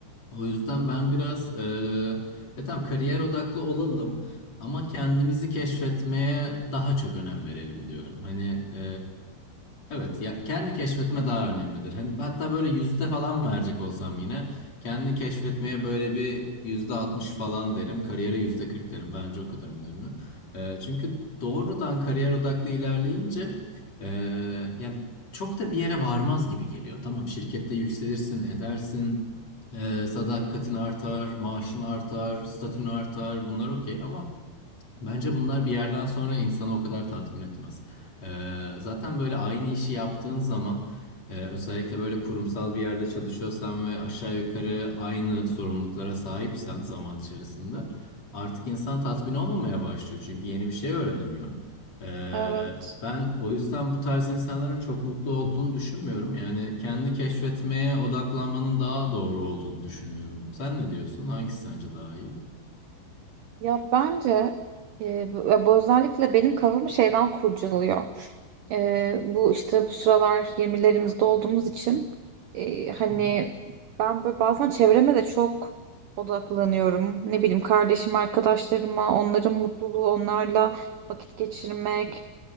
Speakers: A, on the left; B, on the right.
A: O yüzden ben biraz e, ya tamam kariyer odaklı olalım ama kendimizi keşfetmeye daha çok önem verelim diyorum. Hani e, evet ya kendi keşfetme daha önemlidir. Hani hatta böyle yüzde falan verecek olsam yine kendi keşfetmeye böyle bir yüzde altmış falan derim. Kariyere yüzde kırk derim. Bence o kadar önemli. E, çünkü doğrudan kariyer odaklı ilerleyince e, yani çok da bir yere varmaz gibi geliyor. Tamam şirkette yükselirsin, edersin. Ee, sadakatin artar, maaşın artar, statün artar bunlar okey ama... Bence bunlar bir yerden sonra insanı o kadar tatmin etmez. Ee, zaten böyle aynı işi yaptığın zaman e, özellikle böyle kurumsal bir yerde çalışıyorsan ve aşağı yukarı aynı sorumluluklara sahipsen zaman içerisinde artık insan tatmin olmamaya başlıyor. Çünkü yeni bir şey öğrenemiyor. Ee,
B: Evet.
A: ben o yüzden bu tarz insanların çok mutlu olduğunu düşünmüyorum. Yani kendi keşfetmeye odaklanmanın daha doğru olduğunu düşünüyorum. Sen ne diyorsun? Hangisi sence daha iyi?
B: Ya bence e, bu, bu özellikle benim kafamı şeyden kurcalıyor. Ee, bu işte bu sıralar 20'lerimizde olduğumuz için e, hani
A: Hı hı.
B: ben böyle bazen çevreme de çok odaklanıyorum. Ne bileyim kardeşim, arkadaşlarıma, onların mutluluğu, onlarla vakit geçirmek.